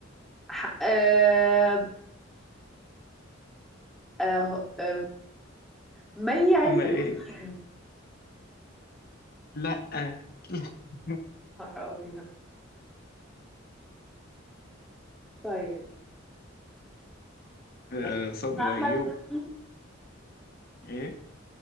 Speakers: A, in the centre; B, on the left.
A: ح... آه... آه... آه... ما هي عز
B: اما ايه
A: الدين
B: لا <laughs>
A: نهار ابيض طيب
B: آه،
A: مسيرة
B: صبري
A: مع احمد
B: ايوب
A: حلمي
B: ايه